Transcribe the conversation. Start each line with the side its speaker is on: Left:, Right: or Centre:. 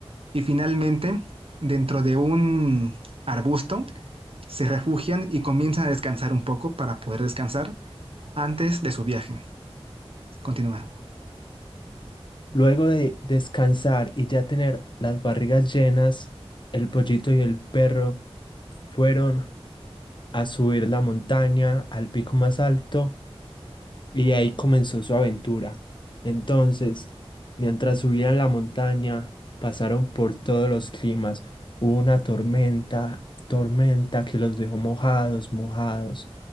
Right: y finalmente dentro de un arbusto se refugian y comienzan a descansar un poco para poder descansar antes de su viaje. Continúa.
Left: Luego de descansar y ya tener las barrigas llenas, el pollito y el perro fueron a subir la montaña al pico más alto y ahí comenzó su aventura. Entonces, mientras subían la montaña, pasaron por todos los climas. Hubo una tormenta, tormenta que los dejó mojados, mojados.